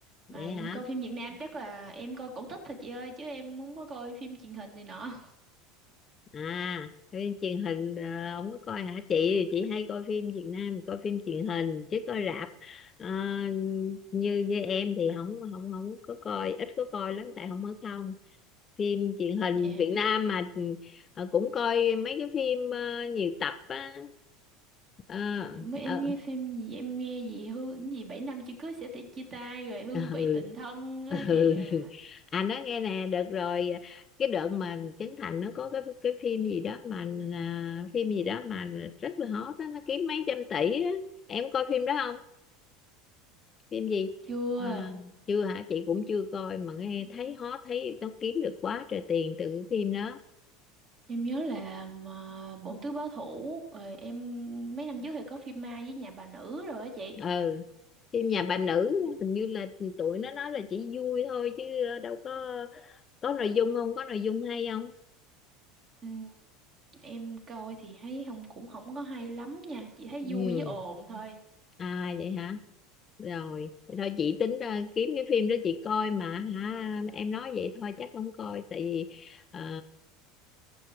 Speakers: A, on the right; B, on the left.
A: Mà
B: để hả
A: coi phim Việt Nam chắc là em coi cổ tích thôi chị ơi, chứ em không có coi phim truyền hình thì nọ.
B: à phim truyền hình ờ, không có coi hả chị thì chị hay coi phim Việt Nam coi phim truyền hình chứ coi rạp ờ, như
A: Dạ.
B: như em thì không không không có coi ít có coi lắm tại không ở không phim truyền hình
A: Dạ.
B: Việt Nam mà ừ, ờ, cũng coi mấy cái phim ờ, nhiều tập á ờ
A: À, mới em
B: ờ
A: nghe phim gì em nghe gì hương cái gì bảy năm chưa cưới sẽ ti- chia tay rồi hương
B: ừ
A: vị tình thân á
B: ừ <laughs>
A: chị à
B: à nói nghe nè được rồi cái đợt mà Trấn Thành nó có cái cái phim gì đó mà à, phim gì đó mà rất là hot đó, nó kiếm mấy trăm tỷ á em có coi phim đó không phim gì
A: chưa
B: à,
A: à.
B: chưa hả chị cũng chưa coi mà nghe
A: em
B: thấy hot thấy nó kiếm được quá trời tiền từ cái phim đó
A: em nhớ là mà bộ tứ báo thủ rồi em mấy năm trước thì có phim Mai với nhà bà nữ rồi á chị
B: ừ phim nhà bà nữ
A: Dạ.
B: hình như là tụi nó nói là chỉ vui thôi chứ ờ, đâu có có nội dung không có nội dung hay không
A: Ừm, em coi thì thấy không cũng không có hay lắm nha chỉ thấy
B: ừ
A: vui với ồn thôi
B: à vậy hả rồi Thì thôi chị tính ờ, kiếm cái phim đó chị coi mà hả em nói vậy thôi chắc không coi tại vì ờ,